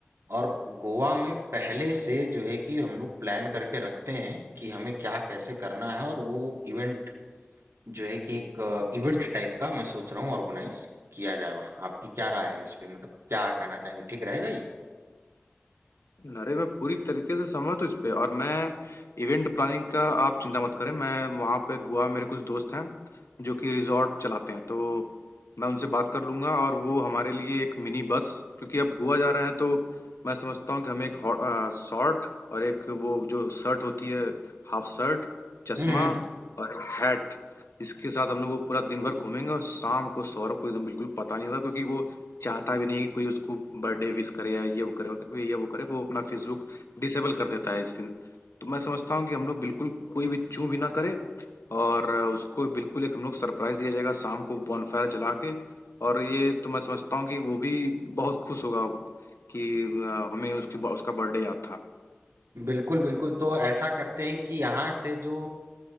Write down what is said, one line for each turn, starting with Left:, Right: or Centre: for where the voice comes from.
Right: और गोवा में पहले से जो है कि हम लोग प्लान करके रखते हैं कि हमें क्या कैसे करना है और वो इवेंट जो है कि एक इवेंट टाइप का मैं सोच रहा हूँ ऑर्गेनाइज किया जाए वहाँ आपकी क्या राय है इस पे मतलब क्या कहना चाहेंगे ठीक रहेगा ये
Left: अरे मैं पूरी तरीके से सहमत हूँ इस पे और मैं इवेंट प्लानिंग का आप चिंता मत करें मैं वहाँ पे गोवा में मेरे कुछ दोस्त हैं जो कि रिजॉर्ट चलाते हैं तो मैं उनसे बात कर लूँगा और वो हमारे लिए एक मिनी बस क्योंकि अब गोवा जा रहे हैं तो मैं समझता हूँ कि हमें एक हॉट शॉर्ट और एक वो जो शर्ट होती है हाफ शर्ट चश्मा
Right: हम्म
Left: और एक हैट इसके साथ हम लोग वो पूरा दिन भर घूमेंगे और शाम को सौरभ को एकदम बिल्कुल पता नहीं होगा क्योंकि वो चाहता भी नहीं है कि कोई उसको बर्थडे विश करे या ये वो करे वो- ये वो करे वो अपना फेसबुक डिसेबल कर देता है इस दिन तो मैं समझता हूँ कि हम लोग बिल्कुल कोई भी चूं भी ना करे और उसको बिल्कुल एक हम लोग सरप्राइज दिया जाएगा शाम को बॉनफायर जला के और ये तो मैं समझता हूँ कि वो भी बहुत खुश होगा कि अ, हमें उसकी उसका बर्थडे याद था
Right: हम्म, बिल्कुल बिल्कुल तो ऐसा करते हैं कि यहाँ से जो